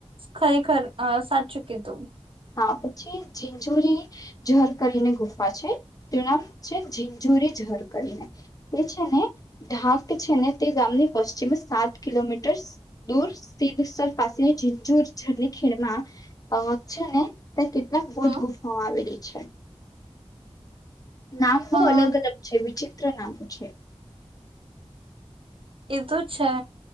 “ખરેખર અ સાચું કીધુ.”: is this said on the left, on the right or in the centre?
Right